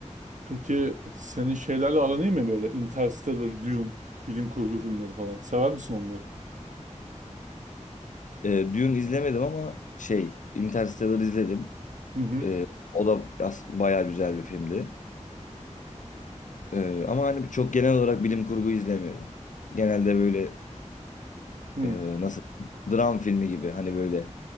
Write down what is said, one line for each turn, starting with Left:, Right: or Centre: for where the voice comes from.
Right: Peki senin şeylerle aran iyi mi böyle? Interstellar, Dune, bilim kurgu filmleri falan. Sever misin onları?
Left: E, Dune izlemedim ama şey Interstellar izledim.
Right: Hı hı.
Left: E, o da as- bayağı güzel bir filmdi. E, ama hani çok genel olarak bilim kurgu izlemiyorum. Genelde böyle
Right: hı.
Left: e, nasıl dram filmi gibi hani böyle